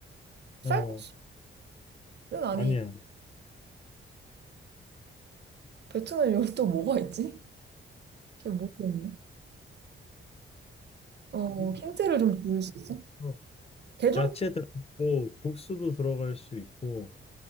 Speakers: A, on the right (about 55°); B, on the left (about 30°).
A: 쌀국수는
B: 어,
A: 아니,
B: 아니야.
A: 베트남 요리 또 뭐가 있지? 잘 모르겠네. 어,
B: 음,
A: 힌트를 좀 줄 수 있어?
B: 어.
A: 대중,
B: 야채 들어있고, 국수도 들어갈 수 있고,